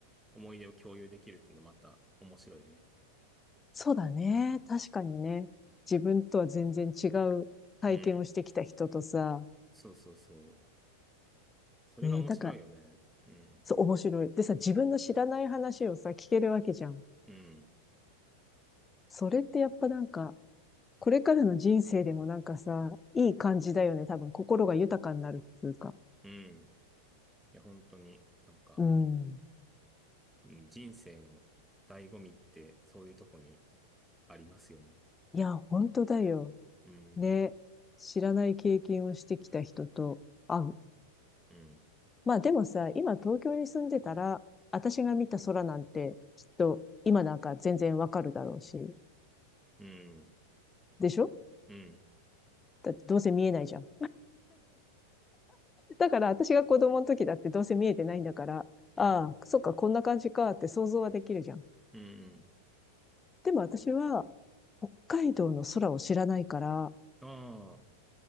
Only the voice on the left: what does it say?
そうだね。確かにね。自分とは全然違う体験をしてきた人とさ、
えー、なんから、
そう、面白い。でさ、自分の知らない話をさ、聞けるわけじゃん。
それってやっぱなんか、これからの人生でもなんかさ、いい感じだよね。多分、心が豊かになるっていうか。
うん。
いや、本当だよ。
ね。知らない経験をしてきた人と会う。
まあでもさ、今東京に住んでたら、私が見た空なんて、きっと今なんか全然わかるだろうし、
でしょ
だってどうせ見えないじゃん。だから私が子供の時だってどうせ見えてないんだから、
ああ、そっか、こんな感じかって想像はできるじゃん。
でも私は、北海道の空を知らないから、